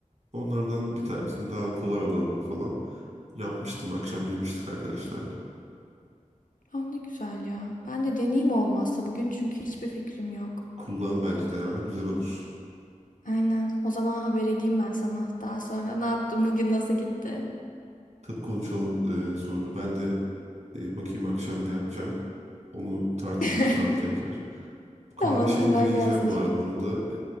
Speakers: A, on the right; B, on the left.
A: Onlardan bir tanesini daha kolay olanını falan yapmıştım. Akşam yemiştik arkadaşlarla.
B: Ah ne güzel ya. Ben de deneyeyim olmazsa bugün çünkü hiçbir fikrim yok.
A: Kullan bence de ya. Güzel olur.
B: Aynen. O zaman haber edeyim ben sana. Daha sonra ne yaptım bugün nasıl gitti?
A: Tabii konuşalım e, sonra. Ben de e, bakayım akşam ne yapacağım. Onu tartışırız
B: <laughs>
A: sonra tekrar. Bu kahve
B: Tamam
A: şeyini
B: kolay
A: deneyeceğim
B: gelsin
A: bu
B: şimdi.
A: arada. Onun da